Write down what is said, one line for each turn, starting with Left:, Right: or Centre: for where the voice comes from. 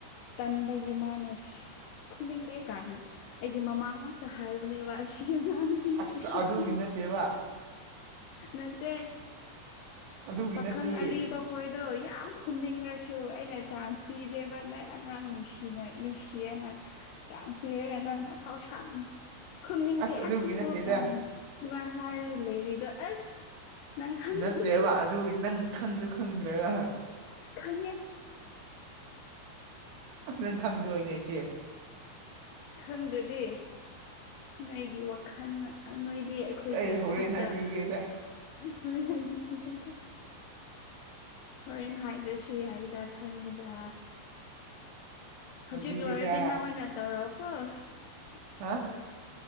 Left: ꯇꯟꯕꯒꯤ ꯃꯥꯟꯅꯁ꯭ꯔꯦ ꯈꯨꯝꯅꯤꯡꯗꯦ ꯀꯥꯏꯅ ꯑꯩꯒꯤ ꯃꯃꯥꯡꯃꯛꯇ ꯍꯥꯏꯕꯅꯦꯕ ꯑꯁꯤꯅ ꯍꯥꯡꯁꯤꯡꯁ
Right: ꯑꯁ
Left: ꯎꯁꯤ
Right: ꯑꯗꯨꯒꯤ
Left: ꯊꯦꯡ
Right: ꯅꯠꯇꯦꯕ
Left: ꯅꯠꯇꯦ
Right: ꯑꯗꯨꯒꯤ
Left: ꯄꯥꯈꯪ
Right: ꯅꯠꯇꯦ
Left: ꯑꯔꯤꯕ
Right: ꯁꯤ
Left: ꯍꯣꯏꯗꯣ ꯌꯥꯝ ꯈꯨꯝꯅꯤꯡꯉꯁꯨ ꯑꯩꯅ ꯆꯥꯟꯁ ꯄꯤꯗꯦꯕ ꯅꯣꯏ ꯑꯉꯥꯡ ꯅꯨꯡꯁꯤ ꯅꯨꯡ ꯁꯤꯅ ꯅꯨꯡꯁꯤꯌꯦꯦꯅ ꯆꯥꯟꯁ ꯄꯤꯔꯦ ꯅꯪꯅ ꯐꯥꯎ ꯁꯥꯥꯡꯅ ꯈꯨꯝꯅꯤꯡꯗꯦ
Right: ꯑꯁ ꯑꯗꯨꯒꯤ
Left: ꯑꯪꯕꯣꯛ
Right: ꯅꯠꯇꯦꯗ
Left: ꯀꯥꯏꯅ ꯑꯗꯨꯃꯥꯏꯅ ꯍꯥꯏꯔꯒ ꯂꯩꯔꯤꯗꯣ ꯑꯁ ꯅꯪ ꯈꯥꯡꯅꯤ
Right: ꯅꯠꯇꯦꯕ ꯑꯗꯨ ꯅꯪ ꯈꯪꯁꯨ ꯈꯪꯗ꯭ꯔꯒꯍ
Left: ꯈꯪꯉꯦ
Right: ꯑꯁ ꯅꯪ ꯈꯪꯗꯦꯣꯏꯅꯦ ꯏꯆꯦ
Left: ꯈꯪꯗ꯭ꯔꯗꯤ ꯅꯣꯏꯒꯤ ꯋꯥꯈꯜ ꯅꯣꯏ ꯗꯤ
Right: ꯑꯁ
Left: ꯑꯩꯈꯣꯏꯒꯤ
Right: ꯑꯩ ꯍꯣꯔꯦꯟ
Left: ꯈꯨꯠꯇ
Right: ꯍꯥꯏꯕꯤꯒꯦꯗ
Left: ꯃꯣꯔ ꯂꯥꯏꯕꯤꯗ ꯍꯣꯔꯦꯟꯦꯟ ꯍꯥꯏꯗ꯭ꯔꯁꯨ ꯌꯥꯏꯗ ꯈꯪꯉꯤꯗ ꯍꯧꯖꯤꯛ
Right: ꯍꯥꯏꯕꯤꯒꯦꯗ
Left: ꯂꯣꯏꯔꯗꯤ ꯅꯪ ꯑꯣꯏꯅ ꯇꯧꯔꯛꯣꯑꯣꯀꯣꯑꯣ
Right: ꯍꯥ